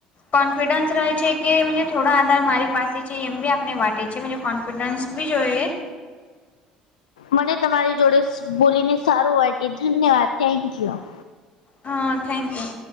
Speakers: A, on the left; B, on the left.
A: કોન્ફિડન્સ રહે છે કે જે થોડા આધાર મારી પાસે છે એમ બી આપને માટે છે મુજે કોન્ફિડન્સ. બીજો એ.
B: મને તમારી જોડે સ બોલીને સારું વાગ્યું ધન્યવાદ થેન્કયુ.
A: હા થેન્કયુ.